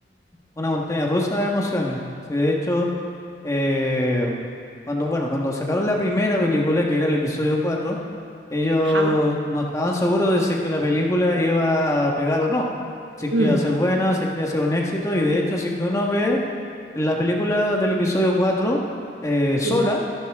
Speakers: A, on the left; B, on the right.
A: una montaña rusa de emociones. Sí, de hecho, eh, cuando, bueno, cuando sacaron la primera película, que era el episodio 4, ellos
B: Ajá.
A: no estaban seguros de si que la película iba a pegar o no. Si que
B: Mm,
A: iba a ser buena, si que iba a ser un éxito. Y de hecho, si que uno ve la película del episodio 4 eh,
B: sí,
A: sola,